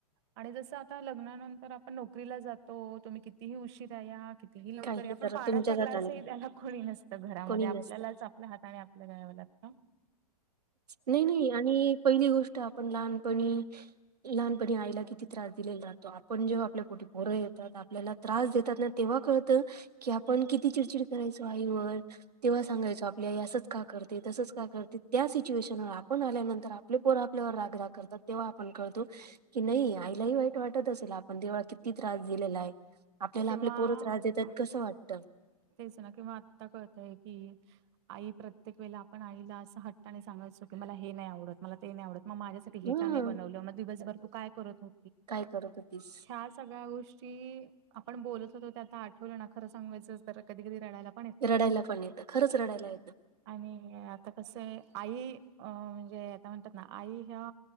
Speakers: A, on the right; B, on the right.
A: आणि जसं आता लग्नानंतर आपण नोकरीला जातो तुम्ही कितीही उशीरा या या ही लवकर
B: काही
A: आपण
B: करा
A: पाण्याचा
B: तुमच्याच हाताने
A: ग्लासही
B: करा
A: त्याला कोणी नसत घरामध्ये
B: कोणी नसतं.
A: आपल्यालाच हाता आणि आपल्या गा लागत
B: नाही नाही आणि पहिली गोष्ट आपण लहानपणी लहानपणी आईला किती त्रास दिलेला जहतो आपण जेव्हा आपल्या पोटी पोरं येतात आपल्याला त्रास देतात ना तेव्हा कळत की आपण किती चिडचिड करायचो आईवर तेव्हा सांगायचो आपल्या असंच का करते तसंच का करते त्या सिच्युएशनवर आपण आल्यानंतर आपले पोर आपल्यावर रागराग करतात तेव्हा आपण कळतो कि नाही आईलाही वाईट वाटत असेल आपण तेव्हा किती त्रास दिलेला आहे आपल्याला
A: किंवा
B: आपले पोर त्रास देतात कसं वाटतं
A: तेच ना कि म आता कळतय की आई प्रत्येक वेला आपण आईला असं हट्टताने सांगायचो की मला हे नाही आवडत मला ते नाही आवडत मग माझ्या
B: ह
A: ब म दिवसभर तू काय करत हो
B: काय करत होतीस.
A: ह सगळ्या गोष्ट ी आपण बोलत होतो ते आता आठवलं ना खरं सांगायचं तर कधी कधी रडयलात
B: रडायला पण येतं खरंच रडायला येतं
A: आणि आता कसं आई अ म्हणजे आता म्हणतात ना आई ह्या